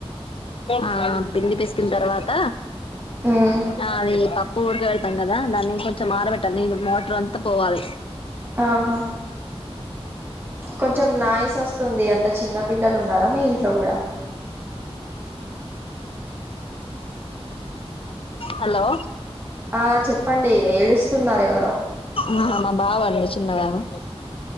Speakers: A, on the left (about 60°); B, on the right (about 20°).
A: నా <unintelligible> ఆ పిండి పిసుకుతున్న తర్వాత
B: ఉమ్
A: అ యి ప పోర్ గ ఉన్నదా దాన్ని కొంచం మారబెట్ నేను వటర్ అంతా పోవాలి
B: ఆహా కొంచెం నాయిస్ వస్తుంది అంత చిన్న పిల్లలు ఉన్నారా మీ ఇంట్లో కూడా
A: హలో
B: ఆ చెప్పండి ఏడుస్తున్నారు ఎవరో
A: ఆహా మా బాబు అండి చిన్నబాబు